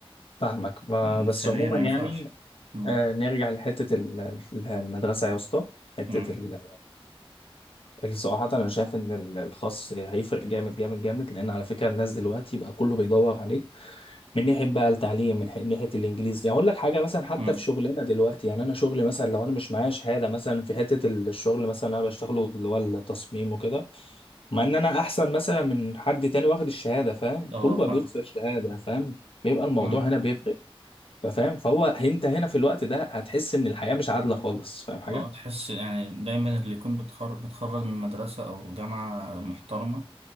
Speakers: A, on the left (about 65°); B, on the right (about 80°).
A: فاهمك ما-
B: إنسانيا
A: بس عموما
B: ما
A: يعني
B: ينفعش مم.
A: آه، نرجع لحته ال- ال- المدرسه يا اسطى حته
B: مم.
A: ال- الصراحة أنا شايف إن ال- الخاص هيفرق جامد جامد جامد لأن على فكرة الناس دلوقتي بقى كله بيدور عليه من ناحية بقى التعليم من حي- ناحية الإنجليزي يعني أقول لك حاجة مثلا حتى
B: مم.
A: في شغلنا دلوقتي يعني أنا شغلي مثلا لو أنا مش معايا شهادة مثلا في حتة ال- الشغل مثلا أنا بشتغله اللي هو التصميم وكده مع إن أنا أحسن مثلا من حد تاني واخد الشهادة فاهم
B: اه
A: كله بقى
B: فاهم
A: بيوصل الشهادة فاهم بيبقى الموضوع
B: مم.
A: هنا بيفرق فاهم فهو أنت هنا في الوقت ده هتحس إن الحياة مش عادلة خالص فاهم حاجة؟
B: اه تحس يعني دايما اللي يكون بتخر... بتخرج من مدرسة أو جامعة محترمة